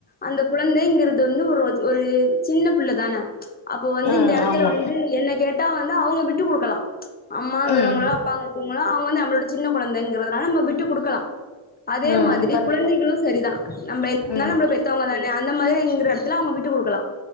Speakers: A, on the left; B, on the left.
A: அந்த குழந்தைங்கிறது வந்து ஒரோ ஒரு சின்ன பிள்ளதான அப்போ வந்து
B: ம்
A: இந்த எடத்
B: ஆமா
A: என்ன கேட்டா வந்து அவுங்க விட்டு குடுக்கலா அம்மாங்கிறவங்களோ
B: ம்
A: அப்பாங்க இருக்கவங்களோ அவுங்க வந்து நம்மளோட சின்ன கொழந்தைங்கிறதுனால நம்ம விட்டு குடுக்கலா அதே
B: ம்
A: மாத்ரி
B: கண்டிப்பா
A: குழந்தைகளு சரிதா நம்ம என்
B: ம்
A: <inaudible> நம்மள பெத்தவங்கதான அந்த மாத்ரி நீங்களு எடுத் த்லா அவுங்க விட்டு குடுக்கலா